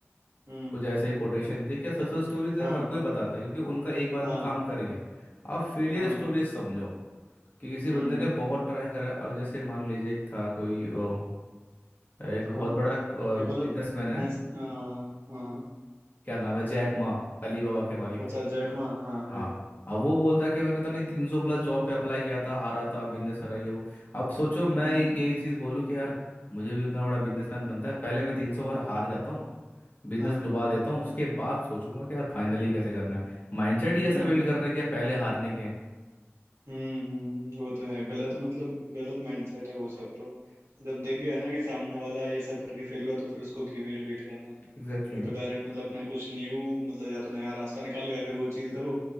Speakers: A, on the right; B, on the left.
A: हम्म
B: कुछ ऐसा ही कोटेशन थी क्या सक्सेस स्टोरी तो यार
A: हाँ
B: हर कोई बताता है क्योंकि उनका एक बार
A: हाँ
B: में काम कर गया आप फेलियर
A: हाँ
B: स्टोरीज समझो कि किसी
A: हम्म
B: बंदे ने बहुत ट्राई करा अब जैसे मान लीजिए एक था कोई ओ, एक बहुत
A: कौन
B: बड़ा बिजनेसमैन
A: Nikola science
B: है
A: हाँ हाँ
B: क्या नाम है जैक मा अली बाबा के मालिक
A: अच्छा जैकमा हाँ
B: हाँ
A: है
B: अब वो बोलता कि मैंने तो नहीं तीन सौ प्लस जॉब पे अप्लाई किया था हारा था बिजनेस करा ये वो अब सोचो मैं
A: हम्म
B: ये यही चीज़ बोलूँ कि यार मुझे भी उतना बड़ा बिजनेसमैन बनता है पहले मैं तीन सौ बार हार जाता हूँ बिजनेस
A: हाँ
B: डुबा देता हूँ उसके बाद सोचूंगा कि यार फाइनली कैसे करना है माइंडसेट ही
A: हम्म
B: ऐसा बिल्ड कर रहे हैं कि यार पहले हारने के हैं
A: हम्म हम्म वो तो है गलत मतलब गलत माइंडसेट है वो सब तो जब देख गया ना कि सामने वाला ये सब करके फेल हुआ तो फिर उसको क्यों ही रिपीट करना
B: Exactly
A: फिर तो
B: exactly.
A: डायरेक्ट मतलब अपना कुछ न्यू मतलब या तो नया रास्ता निकालो या फिर वो चीज़ करो